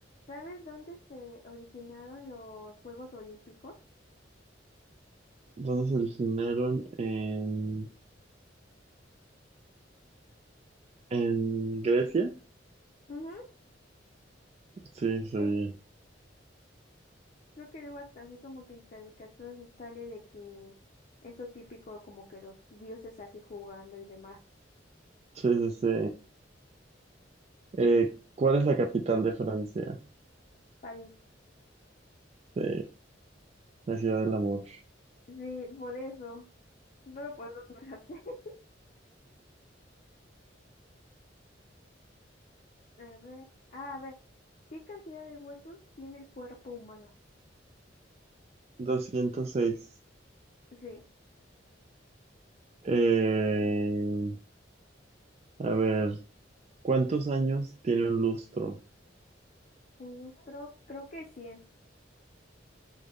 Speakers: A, on the left (about 40°); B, on the right (about 35°).
A: ¿sabes dónde se originaron los Juegos Olímpicos?
B: ¿Dónde se originaron en, en Grecia.
A: Ujú.
B: Sí, sí.
A: Sí, Creo que luego hasta así como que en caricaturas sale de que eso típico como que los dioses así jugando y demás.
B: Sí, sí, sí. Eh, ¿cuál es la capital de Francia?
A: París.
B: Sí, la ciudad del amor.
A: Sí, por eso. Solo por eso me la sé. <laughs> A ver, ah, a ver, ¿qué cantidad de huesos tiene el cuerpo humano?
B: 206. <laughs>
A: Sí,
B: Eh, a ver, ¿cuántos años tiene un lustro?
A: un lustro, creo que cien.